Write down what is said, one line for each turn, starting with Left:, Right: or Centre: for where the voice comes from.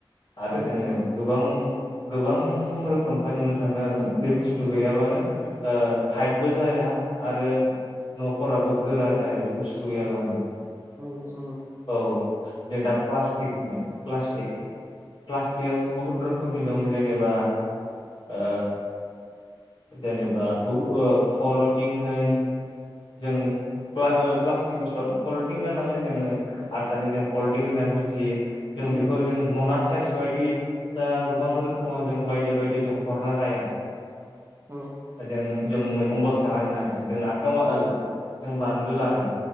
Left: आरो
Right: औ
Left: जोङो
Right: नंगौ
Left: गोबां गोबां रोखोमहाय नुनो थांदों आरोना बे बुस्थु थु गैयाबानो
Right: औ
Left: टाइटबो जाया आरो न'फोराबो गोरा जाया बे बुस्थु गैयाबानो
Right: औ नंगौ
Left: औ जों दा प्लास्टिक होनदों प्लास्टिक प्लास्टिकआबो बहुत रोखोमनि दं जेनेबा ओ जेनेबा बु ओ फल'टिं होन जों प्ला ओ प्लास्टिक बुस्थुआथ' फलटिं नालाय जोङो हारसानि जों पलटिं होननानै बुजियो जों
Right: औ
Left: बेखौ अना साइस बायदि दा गोबां रोखोमाव जों बायदि बायदि जों हरनो हाया।
Right: औ
Left: जों जों मैगं दस थाखा होन लादों जों आखायाव जों बानलु लादों